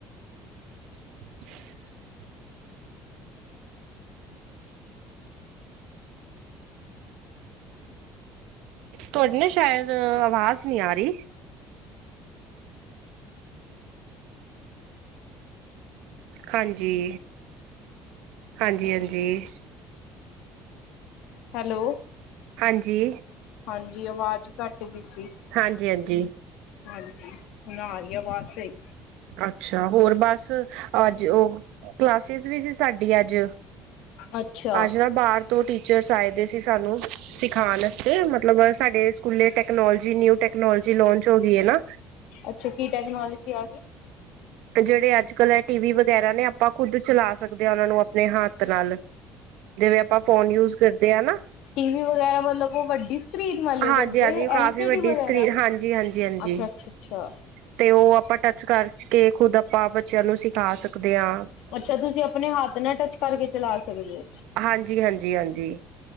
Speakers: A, on the right (about 85°); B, on the left (about 80°).
A: <inaudible> ਤੁਹਾਡੀ ਨਾ ਸ਼ਾਇਦ, ਆਵਾਜ਼ ਨ‌ਈ ਆ ਰ‌ਈ। ਹਾਂਜੀ, ਹਾਂਜੀ-ਹਾਂਜੀ।
B: ਹੈਲੋ।
A: ਹਾਂਜੀ।
B: ਹਾਂਜੀ, ਆਵਾਜ਼ ਘੱਟ ਗੀ ਸੀ।
A: ਹਾਂਜੀ-ਹਾਂਜੀ।
B: ਹਾਂਜੀ, ਹੁਣ ਆ ਰ‌ਈ ਆ ਵਾਜ ਸਹੀ।
A: ਅੱਛਾ, ਹੋਰ ਬਸ ਅੱਜ ਉਹ ਕਲਾਸਿਸ ਵੀ ਸੀ। ਸਾਡੀ ਅੱਜ
B: ਅੱਛਾ।
A: ਅੱਜ ਨਾ ਬਾਰ ਤੋਂ ਟੀਚਰਸ ਆਏ ਦੇ ਸੀ ਸਾਨੂੰ ਸਿਖਾਣ ਅਸਤੇ ਮਤਲਬ ਸਾਡੇ ਸਕੂਲੇ ਟੈਕਨੋਲੋਜੀ ਨਿਊ ਟੈਕਨੋਲੋਜੀ ਲਾੰਚ ਹੋ ਗਈ ਐ ਨਾ।
B: ਅੱਛਾ ਕੀ ਟੈਕਨੋਲੋਜੀ ਐ।
A: ਜੇੜੇ ਅੱਜ-ਕਲ ਐ ਟੀ ਵੀ ਵ ਵਗੈਰਾ ਨੇ ਆਪਾਂ ਖੁੱਦ ਚਲਾ ਸਕਦੇ ਆ ਉਨਾਂ ਨੂੰ ਅਪਣੇ ਹੱਥ ਨਾਲ। ਜਿਵੇਂ ਆਪਾਂ ਫੋਨ ਯੂਜ ਕਰਦੇ ਆ ਨਾ।
B: ਟੀਵੀ ਵਗੈਰਾ ਮਤਲਬ ਓ ਵੱਡੀ ਸਕਰੀਨ ਵਾਲੇ
A: ਹਾਂਜੀ-ਹਾਂਜੀ
B: ਵੱਡੇ
A: ਕਾਫ਼ੀ
B: ਐਲ ਸੀ
A: ਵੱਡੀ
B: ਡੀ ਵਗੈਰਾ,
A: ਸਕਰੀਨ ਹਾਂਜੀ-ਹਾਂਜੀ, ਹਾਂਜੀ।
B: ਅੱਛਾ।
A: ਹਾਂਜੀ
B: ਛਾ-ਅੱਛਾ।
A: ਤੇ ਓ ਆਪਾਂ ਟੱਚ ਕਰਕੇ ਖੁਦ ਆਪਾਂ ਬੱਚਿਆਂ ਨੂੰ ਸਿੱਖਾਂ ਸਕਦੇ ਆਂ।
B: ਅੱਛਾ ਤੁਸੀਂ ਆਪਣੇ ਹੱਥ ਨਾਲ ਟੱਚ ਕਰਕੇ ਚਲਾ ਸਕਦੇ ਓ।
A: ਹਾਂਜੀ, ਹਾਂਜੀ, ਹਾਂਜੀ,